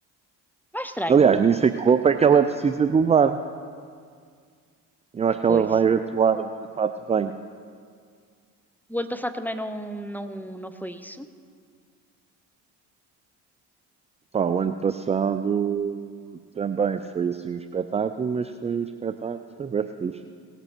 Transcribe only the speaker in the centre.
Não é estranho?
Depois.
O ano passado também não não não foi isso.